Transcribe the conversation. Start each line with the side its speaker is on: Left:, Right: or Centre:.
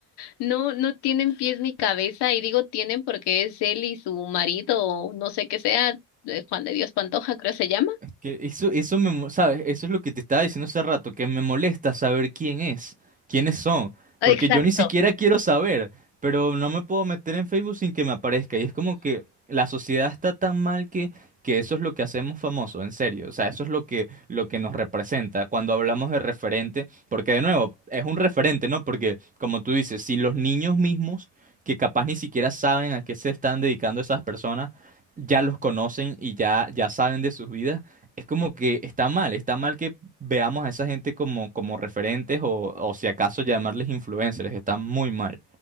Left: no, no tienen pies ni cabeza, y digo tienen porque es él y su marido, o no sé qué sea, eh, Juan de Dios Pantoja, creo se llama.
Right: Que eso, eso me, mo- ¿sabes? Eso es lo que te estaba diciendo hace rato, que me molesta saber quién es, quiénes son, porque
Left: Exacto.
Right: yo ni siquiera quiero saber, pero no me puedo meter en Facebook sin que me aparezca. Y es como que la sociedad está tan mal que, que eso es lo que hacemos famoso, en serio. O sea, eso es lo que, lo que nos representa cuando hablamos de referente, porque de nuevo, es un referente, ¿no? Porque, como tú dices, si los niños mismos, que capaz ni siquiera saben a qué se están dedicando esas personas, ya los conocen y ya, ya saben de sus vidas es como que está mal, está mal que veamos a esa gente como, como referentes o, o si acaso llamarles influencers, está muy mal.